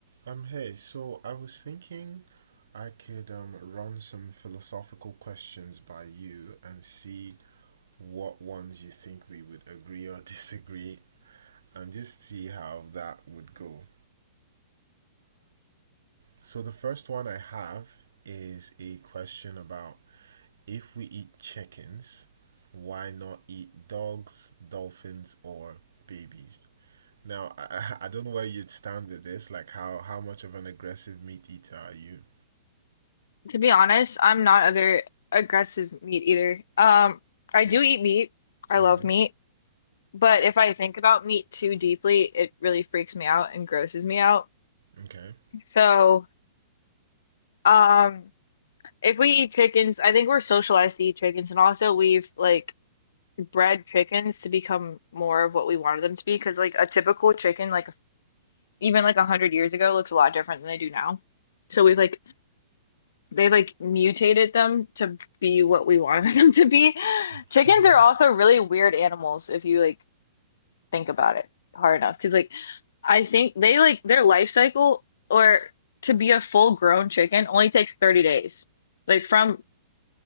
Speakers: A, on the right; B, on the left.
A: Um, hey, so I was thinking I could um run some philosophical questions by you and see what ones you think we would agree or <laughs> disagree and just see how that would go. So the first one I have is a question about if we eat chickens, why not eat dogs, dolphins, or babies? Now, <laughs> I, I I don't know where you'd stand with this. Like, how, how much of an aggressive meat eater are you?
B: To be honest, I'm not a very aggressive meat eater. Um, I do eat meat. I
A: hmm
B: love meat. But if I think about meat too deeply, it really freaks me out and grosses me out.
A: Okay.
B: So, um, if we eat chickens, I think we're socialized to eat chickens, and also we've like bred chickens to become more of what we wanted them to be. Because like a typical chicken, like even like a hundred years ago, looks a lot different than they do now. So we've like they like mutated them to be what we wanted <laughs> them to be.
A: <laughs>
B: Chickens are also really weird animals if you like think about it hard enough. Because like I think they like their life cycle or to be a full grown chicken only takes 30 days. Like from